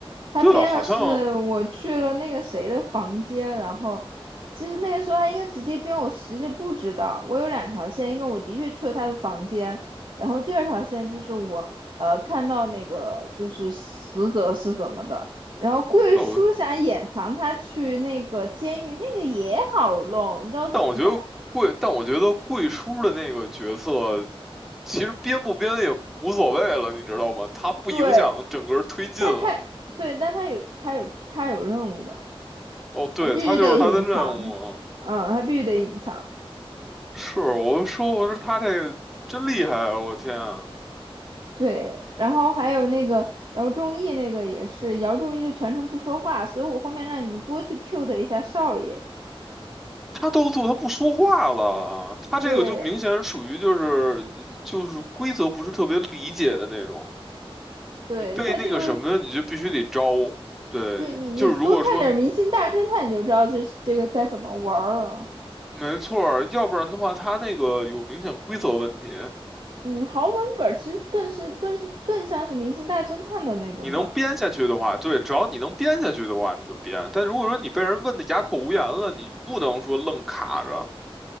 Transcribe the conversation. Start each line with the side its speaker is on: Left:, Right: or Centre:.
Right: 他编的是我去了那个谁的房间，
Centre: 对啊，好像
Right: 然后其实那个时候他应该直接编我实际不知道。我有两条线，一个我的确去了他的房间，然后第二条线就是我呃看到那个就是死者是怎么的。然后贵叔想掩藏他去那个监狱，
Centre: 哦，
Right: 那个也好弄，你知道怎么讲？
Centre: 但我觉得贵，但我觉得贵叔的那个角色。其实编不编也无所谓了，你知道吗？它不影响整个推进了。
Right: 对，但他对，但他有他有他有任务的，
Centre: 哦，对，
Right: 他必须得隐藏，
Centre: 他就是他的任务。
Right: 嗯，他必须得隐藏。
Centre: 是，我就说，我说他这个真厉害啊，我天啊，
Right: 对，然后还有那个姚仲义那个也是，姚仲义就全程不说话，所以我后面让你们多去 cue 的一下少爷。
Centre: 他都做，他不说话了，啊！他这个就明显属于就是就是规则不是特别理解的那种，
Right: 对，对他这个，
Centre: 你被那个什么，你就必须得招。对，
Right: 对你你多看点《明星大侦探》，
Centre: 就是如果说
Right: 你就知道这这个该怎么玩儿了。
Centre: 没错儿，要不然的话，他那个有明显规则问题。
Right: 嗯，豪门本儿其实更是更是更像是《明星大侦探》的那种本
Centre: 你能编下去的话，对，只要你能编下去的话，你就编。但如果说你被人问的哑口无言了，你不能说愣卡着，